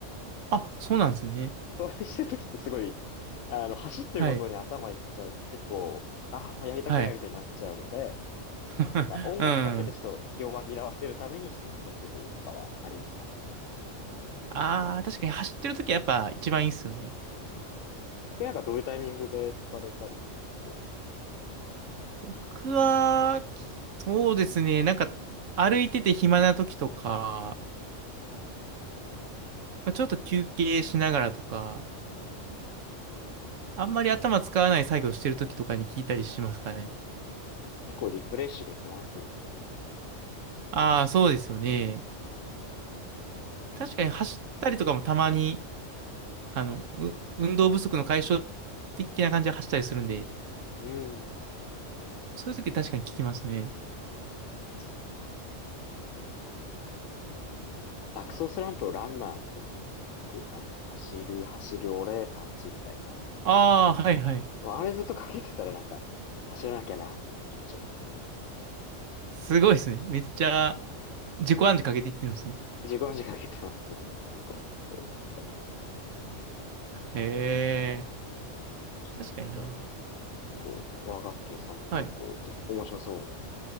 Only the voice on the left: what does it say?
なんか、
それしてる時ってすごい、あの、走ってることに頭いっちゃうと結構、
ああ、もうやりたくないみたいになっちゃうので、
なんか音楽かけてちょっと気を紛らわせるためにちょっとかけてるとかはありますね。
僕なんかどういうタイミングで聞かれたりされます
結構リフレッシュできますもんね。
うん。
そうか爆走スランプをランナーっていう曲あの、走る、走る、俺、パーチみたいな。
あれずっとかけてたらなんか、走らなきゃなっていう気持ちになります。
自分時間かけてますもん。結構、そういう意味では最近は。
そだったらもう結構、和楽器のサウントは結構面白そ